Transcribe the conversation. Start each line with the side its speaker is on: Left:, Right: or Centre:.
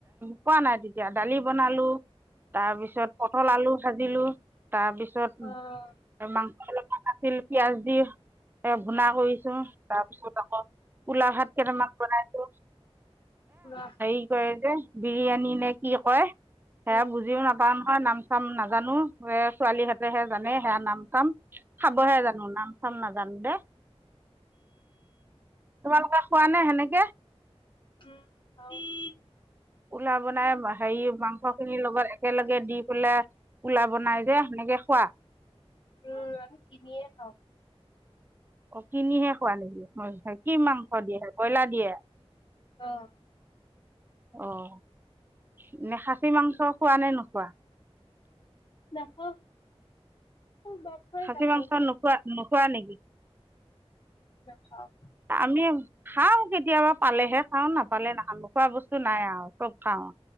Right: পোৱা নাই তেতিয়া দালি বনালো তাৰপিছত পটল আলু ভাজি লো তাৰ পিছত
Left: অ'
Right: মাংস অলপমান আছিল পিয়াজ দি এ ভুনা কৰিছো তাৰপিছত আকৌ পুলাঅ ভাত কেইটামান বনাইছো
Left: খোলা
Right: কি কয় যে বিৰিয়ানী নে কি কয় সে
Left: উম।
Right: বুজিও নাপাম নাম চাম নাজানো এ ছোৱালীহঁতেহে জানে সেয়া নাম চাম খাবহে জানো নাম চাম নাজানো দে তোমালোক পোৱা নাই সেনেকে
Left: উম উ
Right: পুলাঅ বনাই হেৰি মাংস খিনিৰ লগত একেলগে দি পুলা কোলা বনাই যে সেনেকে খোৱা
Left: উম আমি কিনিয়ে খাওঁ
Right: অ কিনিহে খোৱা নেকি ম কি মাংস দিয়ে বয়লা দিয়ে
Left: আহ
Right: অ' নে খাচী মাংস খোৱা নে নোখোৱা
Left: নাখাওঁ মাংসই
Right: খাচী
Left: নাখাওঁ
Right: মাংস নোখোৱা নোখোৱা নেকি
Left: নাখাওঁ
Right: আমি খাওঁ কেতিয়াবা। পালেহে খাও নাপালে নাখাওঁ নোখোৱা বস্তু। নাই আৰু চব খাওঁ